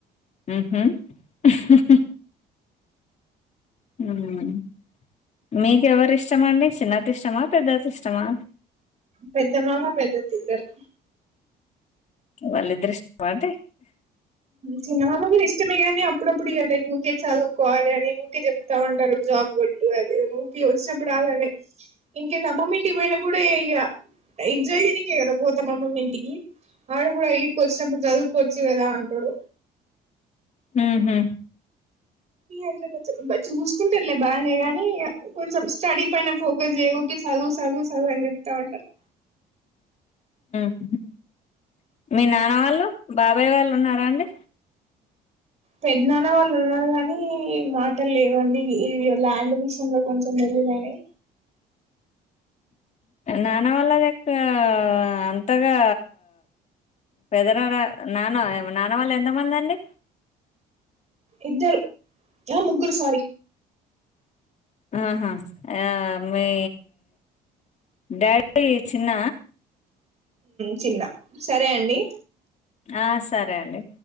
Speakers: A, on the left; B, on the right.
A: ఆ హమ్ ఉహు హు హు ఉమ్ మైక్వార్ ఇష్టమ అండి చిన్నది ఇష్టమా పెద్దది ఇష్టమా
B: పెద్ద మాగా పెద్ద తద్దరు
A: వాళ్ళద్రష్ట మాంట
B: చిన్నమామ కూడా ఇష్టమే కానీ అప్పుడప్పుడు ఇక లైక్ ఊకే చదువుకోవాలి అని ఊకే చెప్తా ఉంటారు జాబ్ కొట్టు అద నువ్కి వచ్చినప్పుడు అలాదే ఇన్కస్ అమ్మమ్మ ఇంటికి పోయినా కూడా ఇక ఎంజాయ్ చేనికే కదా పోతాం అమ్మమ్మ ఇంటికి వాడు కూడా వడికి వచ్చినప్పుడు చదువుకోవచ్చు కదా థేడ్
A: ఉహు
B: అంటే చూసుకుంటారులే బాగానే గానీ కొంచెం స్టడీ పైన ఫోకస్ చేయ ఊకి చదువు చదువు చదువు అని చెప్తా ఉంటారు
A: ఉహుమ్ మీ నాన్న వాళ్ళు బాబ అభయవాళ్ళు ఉన్నారా అండి
B: పెద్దనాన్న వాళ్ళు ఉన్నారు కానీ మాటలు లేవండి ల్యాండ్ విషయంలో కొంచెం తెలిదని
A: నాన్నవాళ్ళక్క అంతగా పెదర నాన నానవాళ్ళ ఎంతమంది అండి
B: ఇద్దరు ఆ ముగ్గురు సార
A: ఆహా ఆ మీ డాడీ చిన్న
B: చిన్న సరే అండి
A: ఆ సరే అండి